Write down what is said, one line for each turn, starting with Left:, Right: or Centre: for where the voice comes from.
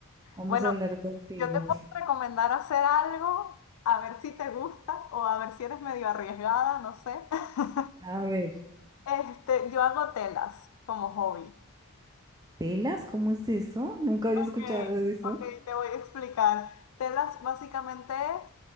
Right: vamos
Left: Bueno,
Right: a hablar contigo.
Left: yo te puedo recomendar hacer algo, a ver si te gusta o a ver si eres medio arriesgada, no sé. <laughs>
Right: <laughs> A ver,
Left: Este, yo hago telas como hobby.
Right: ¿telas? ¿Cómo es eso? Nunca había
Left: Ok,
Right: escuchado de eso.
Left: ok, te voy a explicar. Telas básicamente es